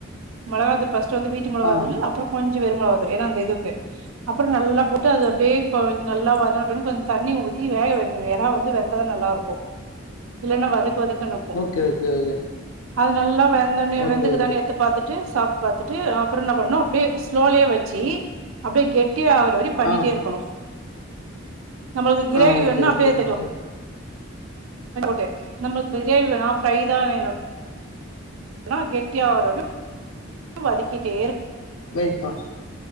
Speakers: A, on the right; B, on the left.
A: மெளகாத்தூள் ஃபஸ் ட்டு வந்து வீட்டு மொளகா
B: ஆ ஆ
A: த்தூளு அப்புறோ கொஞ் ச வெறு மொளகாத்தூள் ஏன்னா அந்த இதுக்கு அப்ற நல்லா போட்டு அத அப்டியே கொ நல்லா வதங்கட்டுன்னு கொஞ் தண்ணி ஊத்தி வேகவைக்கணு எறா வந்து வெந்தாதா நல்லா இருக்கு இல்லனா வதக்கு வதக் குனு இருக்கு
B: ஓகே ஓகே ஓகே
A: அது நல்லா வெந்தனே
B: ஓகே
A: வெந்துருக்குதான்னு
B: ஓகே
A: எட்த்து பாத்துட்டு சாப்ட்டு பாத்துட்டு அப்புறோ என்ன பண்ணணு அப்டியே ஸ்லோலயே வச்சி அப்டியே கெட் டியா வர்ற வரயு பண்ணிட்டே
B: ஆ
A: இருக்கணு நம்மளுக்கு கிரேவி
B: ஆ ஓகே
A: வேண்ணா
B: ஓகே
A: அப்டியே எட்த்துக்கலா
B: ஓகே
A: ட்டு நம்மளுக்கு பிரியாணி வேணா ஃபிரைதான் வேணு ன்னா கெட்டியா வர வரையு வதக்கிட்டே இரு
B: லைட்டா